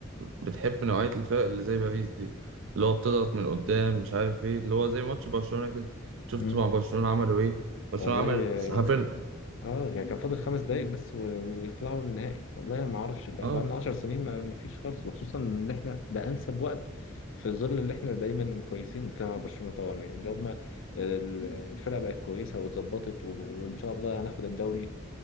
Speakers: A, on the right (about 70°); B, on the left (about 70°).
A: بتحب نوعية الفرق اللي زي باريس دي اللي هو بتضغط من قدام مش عارف إيه اللي هو زي ماتش برشلونة كده شفت
B: مم.
A: مع برشلونة عملوا إيه برشلونة
B: والله
A: عملت حرفيا
B: اه آه، يعني كان فاضل خمس دقايق بس و- ويطلعوا النهائي والله ما اعرفش بقى
A: آه
B: لنا 10 سنين ما ما فيش خالص وخصوصا ان احنا ده انسب وقت في ظل اللي احنا دايما كويسين بنتكلم على برشلونة طبعا يعني اللي هم ال- الفرقة بقت كويسة واتظبطت و- وان شاء الله هناخد الدوري